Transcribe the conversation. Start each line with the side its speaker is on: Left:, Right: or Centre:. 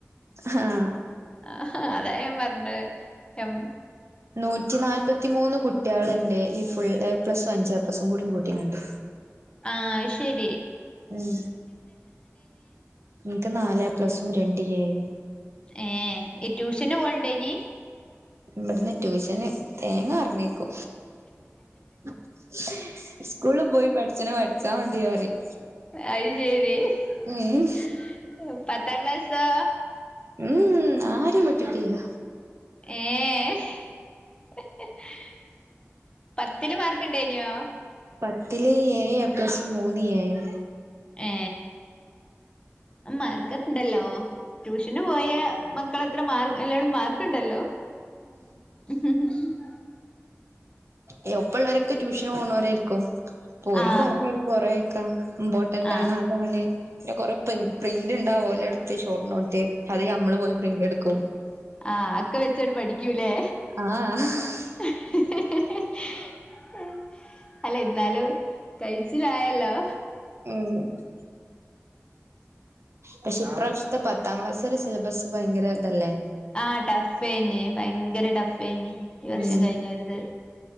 Right: <unintelligible>
Left: ആഹ, അതാ ഞാൻ പറഞ്ഞയ് എം.
Right: നൂറ്റി നാല്പ്പത്തിമൂന്ന് കുട്ട്യേള്ണ്ട്. ഈ ഫുൾ എ പ്ലസും അഞ്ച് എ പ്ലസും കൂടി കൂട്ടി കാണ്ട്.
Left: ആ അയ് ശരി.
Right: ഉം, ഇൻക്ക് നാല് എ പ്ലസും രണ്ട് എയും.
Left: ഏ ഈ ട്യൂഷന് പോല്ണ്ടായിനി.
Right: ഇവിട്ന്ന് ട്യൂഷന് തേങ്ങ പർഞ്ഞയ് കൊ <inaudible> ഇസ്കൂൾള് പോയി പഠിച്ച്ണ പഠിച്ചാ മതി അറിം.
Left: അത് ശരി <unintelligible>
Right: ഉം
Left: പത്താം ക്ലാസോ.
Right: <unintelligible> ആരിം വിട്ടിട്ടില്ല.
Left: <unintelligible> പത്തില് മാർക്ക് ണ്ടായി ന്യോ
Right: പത്തില് ഏഴ് എ പ്ലസും മൂന്ന് എയും
Left: ഏ <unintelligible> മാർക്ക് ഒക്കെണ്ടല്ലോ. ട്യൂഷന് പോയ മക്കളത്ര മാർക്ക് എല്ല <unintelligible> മാർക്ക്ണ്ടല്ലോ. <unintelligible>
Right: ഏ, ഒപ്പ ഉള്ളരൊക്കെ ട്യൂഷന് പോണോരായിരിക്കും ഓരും
Left: ആ
Right: പറന്നെരും കൊറെയൊക്കെ. ഇമ്പോട്ടന്റാണ്
Left: ആ
Right: അതാണ് പിന്നെ കൊറെ പ്രിൻ പ്രിന്റ് ണ്ടാവും ഓലെട്ത്ത്. Short note. അത് നമ്മള് പോയി പ്രിന്റ് എടുക്കും.
Left: ആ, അക്കെ വെച്ചാണ്ട് പഠിക്കൂലേ.
Right: ആഹ് <unintelligible>
Left: <unintelligible> അല്ല ഇന്നാലും കഴിച്ചിലായല്ലോ.
Right: <unintelligible> പക്ഷെ ഇപ്രാവശ്യത്തെ പത്താം ക്ലാസാരെ സിലബസ് ഭയങ്കര തല്ലേ.
Left: ആ ടഫ് ഏനി. ഭയങ്കര ടഫ് ഏനി ഈ വർഷം
Right: ഉം
Left: കഴിഞ്ഞോരത്.